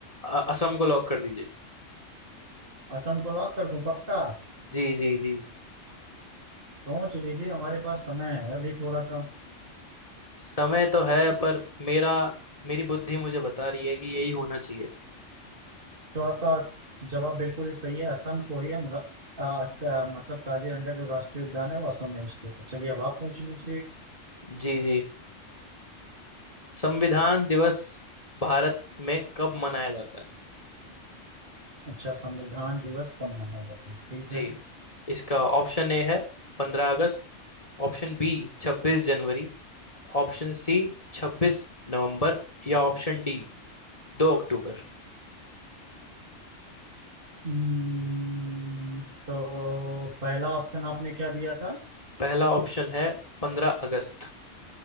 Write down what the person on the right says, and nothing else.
असम को लॉक कर दूं पक्का
सोच लीजिए हमारे पास समय है अभी थोड़ा सा
तो आपका स- जवाब बिल्कुल ही सही है असम को ही हम र- आ, का, मतलब काजीरंगा जो राष्ट्रीय उद्यान है वो असम में स्थित है चलिए अब आप पूछ लीजिए
अच्छा संविधान दिवस कब मनाया जाता है ठीक
है
हम्म, तो पहला ऑप्शन आपने क्या दिया था